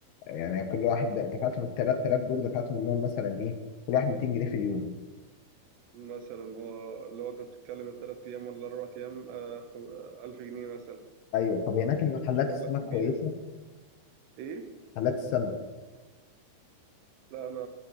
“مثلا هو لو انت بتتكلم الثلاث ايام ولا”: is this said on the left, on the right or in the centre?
Right